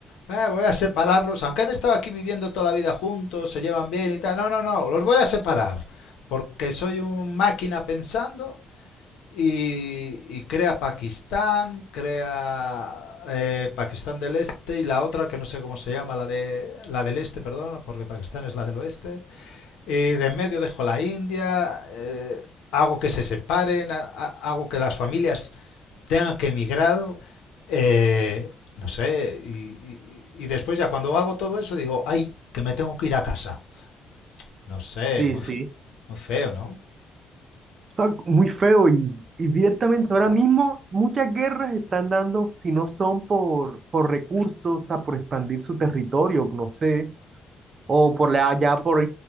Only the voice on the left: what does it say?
"Eh, voy a separarlos, aunque han estado aquí viviendo toda la vida juntos, se llevan bien y tal. No, no, no, los voy a separar, porque soy un máquina pensando y, y crea Pakistán, crea eh, Pakistán del Este y la otra que no sé cómo se llama, la de la del Este, perdón, porque Pakistán es la del Oeste. Y de en medio dejo la India, eh, hago que se separen, ha- ha- hago que las familias tengan que emigrar, eh, no sé, y, y- y después ya cuando hago todo eso digo, ay, que me tengo que ir a casa. No sé,
muy,
fe- muy feo, ¿no?